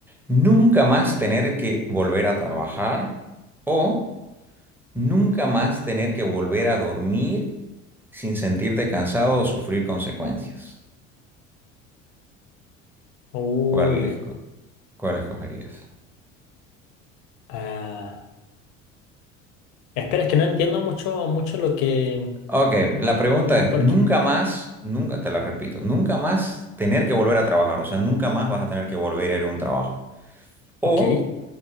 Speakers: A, in the centre; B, on the left.
A: Nunca más tener que volver a trabajar o Nunca más tener que volver a dormir sin sentirte cansado o sufrir consecuencias.
B: Uy.
A: ¿Cuál, esco- cuál escogerías?
B: ah, Espera, es que no entiendo mucho, mucho lo que...
A: Ok,
B: eh,
A: la pregunta
B: oh,
A: es,
B: ¿Por
A: nunca
B: qué?
A: más, nunca, te la repito, nunca más tener que volver a trabajar, o sea, nunca más vas a tener que volver a ir a un trabajo.
B: Ok.
A: O